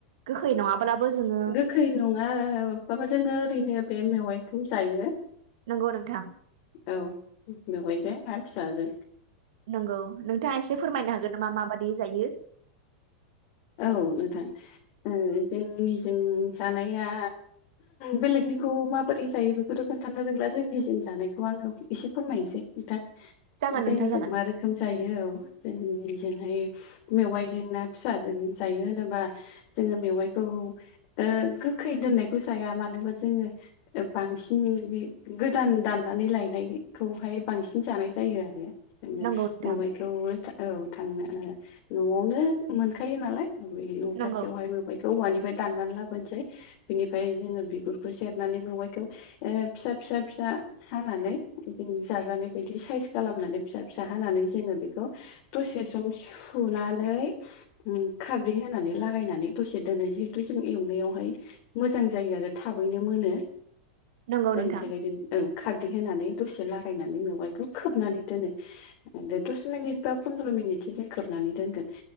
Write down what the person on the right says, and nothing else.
गोखै नङाब ब्लाबो जोंङो
नंगौ नोंथां।
नंगौ नोंथाङा एसे फोरमायनो हागोन नामा माबायदि जायो?
जागोन
नोंथां जागोन
नंगौ नोंथां
नंगौ
नंगौ
नोंथां